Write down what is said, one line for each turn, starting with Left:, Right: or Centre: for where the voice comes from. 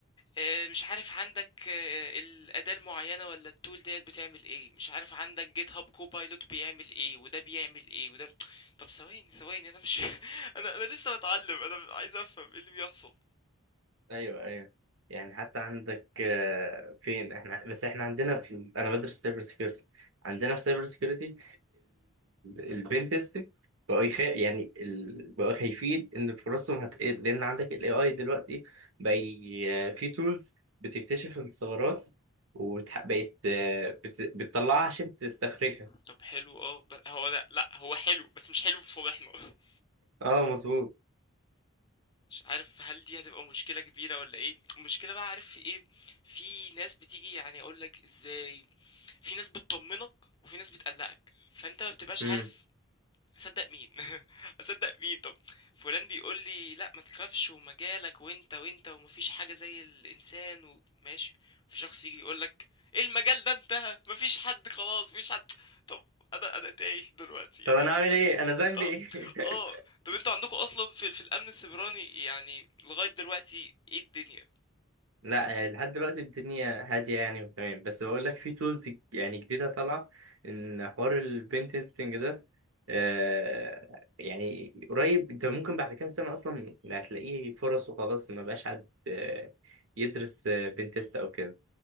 Left: آه، مش عارف عندك آه، الاداه المعينه ولا التول ديت بتعمل ايه مش عارف عندك جيت هاب كوبايلوت بيعمل ايه وده بيعمل ايه وده طب ثواني ثواني انا مش <laughs> انا انا لسه بتعلم انا عايز افهم ايه اللي بيحصل
Right: ايوه ايوه يعني حتى عندك آه، فين احنا بس احنا عندنا في انا بدرس سايبر سيكيورتي عندنا في سايبر سيكيورتي البين تيستنج بقوا يخ... يعني ال... بقوا خايفين ان فرصهم هتقل لان عندك الاي اي دلوقتي بقى ي... آه، في تولز بتكتشف الثغرات وبقت بت... بتطلعها عشان تستخرجها
Left: طب حلو اه ب- هو لا لا هو حلو بس مش حلو في صالحنا <laughs>
Right: اه مظبوط
Left: مش عارف هل دي هتبقى مشكله كبيره ولا ايه المشكله بقى عارف في ايه في ناس بتيجي يعني اقول لك ازاي في ناس بتطمنك وفي ناس بتقلقك فانت ما بتبقاش
Right: مم.
Left: عارف اصدق مين <laughs> اصدق مين طب فلان بيقول لي لا ما تخافش ومجالك وانت وانت ومفيش حاجه زي الانسان وماشي في شخص يجي يقول لك ايه المجال ده انتهى مفيش حد خلاص مفيش حد طب انا انا تايه دلوقتي
Right: طب
Left: انا
Right: انا اعمل ايه انا ذنبي
Left: اه
Right: ايه
Left: اه
Right: <laughs>
Left: طب انتوا عندكم اصلا في في الامن السيبراني يعني لغايه دلوقتي ايه الدنيا
Right: لا يعني لحد دلوقتي الدنيا هادية يعني وتمام بس بقول لك في تولز يعني جديدة طالعة إن حوار البنتستنج ده آه يعني قريب أنت ممكن بعد كام سنة أصلا ما هتلاقيه فرص وخلاص ما بقاش حد آه، يدرس بنتست أو كده